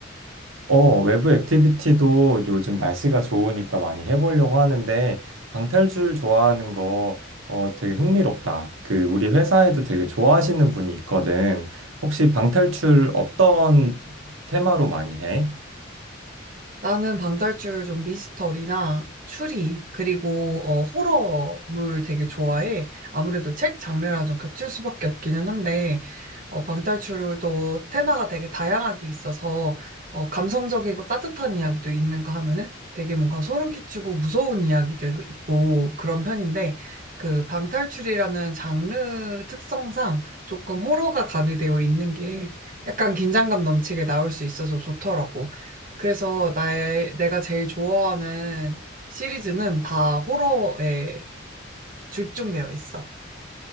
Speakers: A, on the right; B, on the right.
A: 어, 외부 액티비티도 요즘 날씨가 좋으니까 많이 해보려고 하는데, 방탈출 좋아하는 거 어, 되게 흥미롭다. 그, 우리 회사에도 되게 좋아하시는 분이 있거든. 혹시 방탈출 어떤 테마로 많이 해?
B: 나는 방탈출 좀 미스터리나 추리, 그리고 어, 호러물 되게 좋아해. 아무래도 책 장르랑 좀 겹칠 수밖에 없기는 한데, 어, 방탈출도 테마가 되게 다양하게 있어서 어, 감성적이고 따뜻한 이야기도 있는가 하면은 되게 뭔가 소름 끼치고 무서운 이야기들도 있고 그런 편인데 그 방탈출이라는 장르 특성상 조금 호러가 가미되어 있는 게 약간 긴장감 넘치게 나올 수 있어서 좋더라고. 그래서 나의 내가 제일 좋아하는 시리즈는 다 호러에 집중되어 있어.